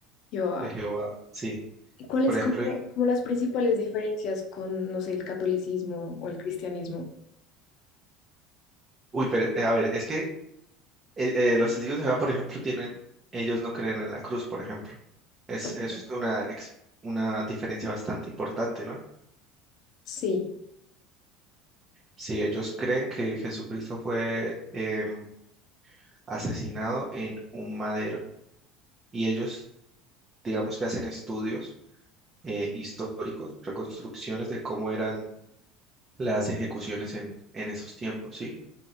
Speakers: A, on the left; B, on the right.
A: Jehová.
B: de Jehová. Sí,
A: ¿Y cuáles
B: por ejemplo,
A: como,
B: en...
A: como las principales diferencias con, no sé, el catolicismo o el cristianismo?
B: uy, pero eh, a ver, es que eh, eh, los testigos de Jehová, por ejemplo, tienen, ellos no creen en la cruz, por ejemplo. Es,
A: Oh,
B: es una, ex- una diferencia bastante importante, ¿no?
A: sí,
B: Sí, ellos creen que Jesucristo fue em, asesinado en un madero y ellos, digamos que hacen estudios eh, históricos, reconstrucciones de cómo eran las ejecuciones en, en esos tiempos, ¿sí?